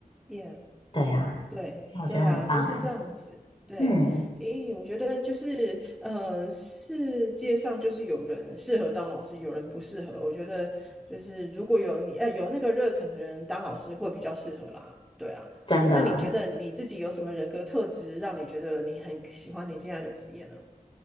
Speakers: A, in the centre; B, on the left.
A: Yeah。
B: 对呀，
A: 对对啊，
B: 我觉得很棒诶。
A: 都是这样子。对，
B: 嗯，
A: 诶，我觉得就是，呃，世界上就是有人适合当老师，有人不适合。我觉得就是如果有你，呃，有那个热忱的人当老师会比较适合啦。对啊，
B: 真的，
A: 那你觉得你自己有什么人格特质让你觉得你很喜欢你现在的职业呢？